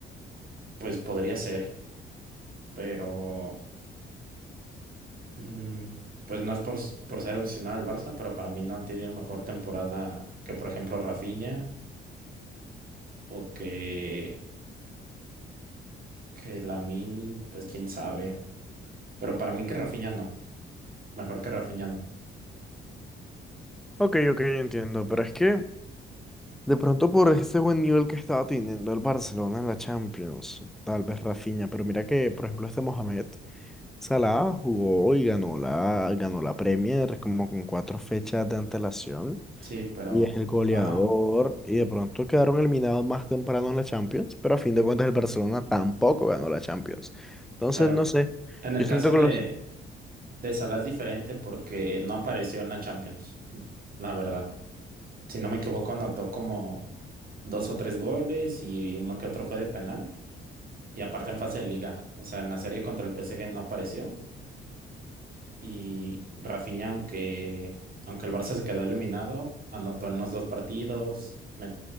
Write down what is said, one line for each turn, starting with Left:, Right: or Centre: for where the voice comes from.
Right: pues, podría ser, pero, mm, pues, no es por, s- por ser aficionado al Barça, pero para mí no ha tenido mejor temporada que, por ejemplo, Rafinha o que, que Lamine, pues, quién sabe. Pero para mí que Rafinha no, mejor que Rafinha no.
Centre: Ok, ok, entiendo, pero es que de pronto por ese buen nivel que estaba teniendo el Barcelona en la Champions, tal vez Rafinha, pero mira que, por ejemplo, este Mohamed Salah jugó y ganó la, ganó la Premier como con cuatro fechas de antelación
Right: Sí, pero,
Centre: y es el goleador
Right: ajá,
Centre: y de pronto quedaron eliminados más temprano en la Champions, pero a fin de cuentas el Barcelona tampoco ganó la Champions. Entonces,
Right: pero...
Centre: no sé,
Right: En el
Centre: yo
Right: caso
Centre: siento que
Right: de,
Centre: los,
Right: De Salah es diferente porque no apareció en la Champions, la verdad. Si no me equivoco, anotó como dos o tres goles y uno que otro fue de penal. Y aparte en fase de liga, o sea, en la serie contra el PSG no apareció. Y Rafinha, aunque, aunque el Barça se quedó eliminado, anotó en los dos partidos, me-